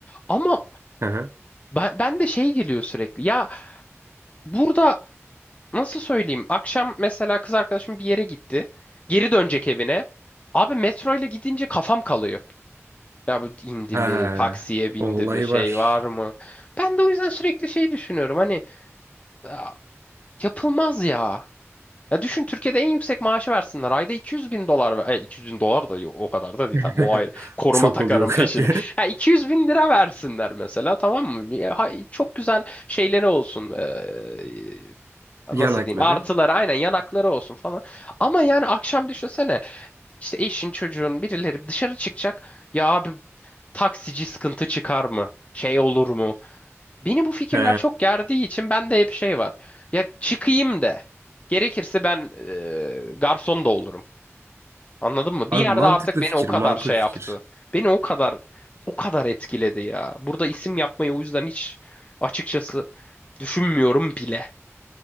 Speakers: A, on the left; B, on the right.
A: Ama
B: Hı hı.
A: ben, ben de şey geliyor sürekli. Ya burada nasıl söyleyeyim? Akşam mesela kız arkadaşım bir yere gitti. Geri dönecek evine. Abi metro ile gidince kafam kalıyor. Ya bu indi
B: Ha,
A: mi, taksiye bindi
B: o olay
A: mi, şey
B: var.
A: var mı? Ben de o yüzden sürekli şey düşünüyorum. Hani "Ya, yapılmaz ya. Ya düşün Türkiye'de en yüksek maaşı versinler. Ayda 200 bin dolar. ver- E, 200 bin dolar da yok o kadar da değil.
B: <laughs>
A: Tamam o ayrı. Koruma
B: Çok
A: takarım
B: oluyor kanka.
A: peşine. Ha, 200 bin lira versinler mesela tamam mı? Ya, ha- çok güzel şeyleri olsun. Ee,
B: <laughs> Yanakları.
A: nasıl diyeyim? Artıları aynen yanakları olsun falan. Ama yani akşam düşünsene işte eşin çocuğun birileri dışarı çıkacak. Ya abi taksici sıkıntı çıkar mı? Şey olur mu? Beni bu fikirler
B: He.
A: çok gerdiği için bende hep şey var. Ya çıkayım de. Gerekirse ben e, garson da olurum. Anladın mı?
B: Abi
A: Bir yerde
B: mantıklı
A: artık beni
B: fikir,
A: o kadar
B: makul
A: şey
B: fikir.
A: yaptı. Beni o kadar o kadar etkiledi ya. Burada isim yapmayı o yüzden hiç açıkçası düşünmüyorum bile.